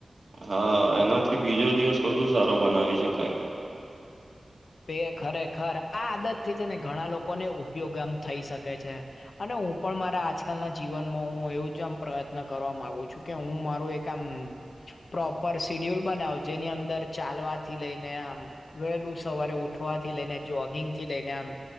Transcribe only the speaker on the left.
બેે ખરે ખર આ આદત થી છે ને ઘણા લોકોને ઉપયોગ આમ થઈ શકે છે. અને હું પણ મારા આજકાલના જીવનમાં હું એવું જ આમ પ્રયત્ન કરવા માગુ છું કે હું મારું એક. કમ. પ્રોપર સીડ્યુલ બનાવો જેની અંદર ચાલવાથી લઈને આમ વેલું. સવારે ઉઠવાથી લઈને જોગિંગ થી લઈને આમ